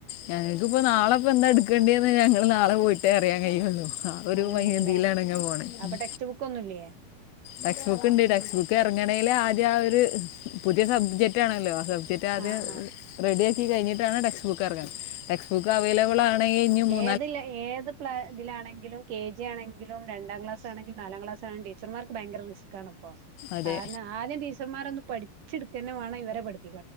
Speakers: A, on the left (about 75°); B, on the right (about 60°).
A: ഞങ്ങൾക്കിപ്പോ നാളെ ഇപ്പ എന്താ എടുക്കേണ്ടന്ന് ഞങ്ങള്ൾ നാളെ പോയിട്ടേ അറിയാൻ കഴിയുള്ളൂ ആ ഒരു
B: അങ്ങനെയാണല്ലേ
A: മൈൻഡിലാണ് ഇങ്ങനെ പോണേ
B: അപ്പൊ
A: ഉം
B: ടെക്സ്റ്റ് ബുക്ക് ഒന്നുംല്ലയേ
A: ടെക്സ്റ്റ് ബുക്ക് ഉണ്ട് ടെക്സ്റ്റ് ബുക്ക് ഇറങ്ങണമെങ്കിൽ ആദ്യ ആ ഒരു പുതിയ സബ്ജക്റ്റ് ആണല്ലോ ആ സബ ട്ട ആദ്യം
B: ആഹ്
A: റെഡി ആക്കി കഴിഞ്ഞിട്ടാണ് ടെക്സ്റ്റ് ബുക്ക് എർ ങ്ങ്ണത്. ടെക്സ്റ്റ് ബുക്ക് അവൈലബിൾ ആണെങ്കി ഇനിം മൂ
B: അത് ല്ലേ ഏത് പ്ലെ തിലാണെങ്കിലും കെ ജി ആണെങ്കിലും രണ്ടാം ക്ലാസ് ആണെങ്കിലും നാലാം ക്ലാസ്സാണെങ്കിലും ടീച്ചമാർക് ഭയങ്കര റിസ്കാണ്പ്പോ.
A: അതെ
B: കാരണം ആദ്യം ടീച്ചറമ്മാരോന്നു പഠിച്ചെടുക്കന്നേ വാണം ഇവരെ പഠിപ്പിക്ക